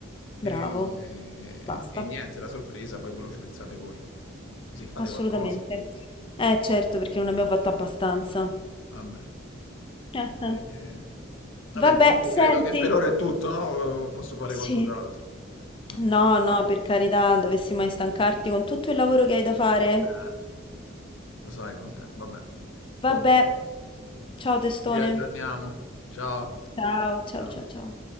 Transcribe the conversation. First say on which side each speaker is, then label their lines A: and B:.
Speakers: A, on the left; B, on the left.
A: e,
B: Bravo, basta.
A: e niente, la sorpresa, poi quello ci pensate voi. Così fate
B: Assolutamente.
A: qualcosa.
B: Eh certo, perché non abbiamo fatto abbastanza.
A: Vabbè.
B: Ah-ah.
A: Eh, vabbè,
B: Vabbè,
A: comunque
B: senti,
A: credo che per ora è tutto, no? Posso fare
B: sì.
A: qualcos'altro. Ok.
B: No, no, per carità, dovessi mai stancarti con tutto il lavoro che hai da fare.
A: Eh, lo sai quant'è. Vabbè.
B: Vabbè,
A: Comunque,
B: ciao testone.
A: ci riaggiorniamo. Ciao.
B: Ciao,
A: Ciao.
B: ciao, ciao, ciao.